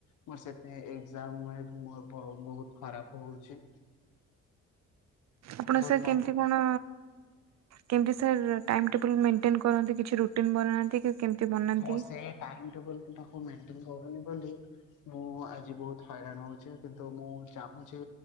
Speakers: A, on the left; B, on the right.
A: ମୋର ସେଥି ଏଜାମ ମୋର ବହୁତ ଖରାପ ହଉଛି।
B: ଆପଣ
A: ବହୁତ
B: ସାର୍ କେମତି
A: ମନ ଦୁଃଖ
B: କଣ କେମିତି ସାର୍ ଟାଇମ୍ ଟେବୁଲ୍ ମେଣ୍ଟେନ୍ କରନ୍ତି କିଛି ରୁଟିନ୍ ବନାନ୍ତି କି କେମିତି ବନାନ୍ତି?
A: ମୋ ସେ ଟାଇମ ଟେବୁଲ ତାକୁ ମେଟେନ କରୁନି ବୋଲି ମୁଁ ଆଜି ବହୁତ ହଇରାଣ ହଉଛି କିନ୍ତୁ ମୁଁ ଚାହୁଁଛି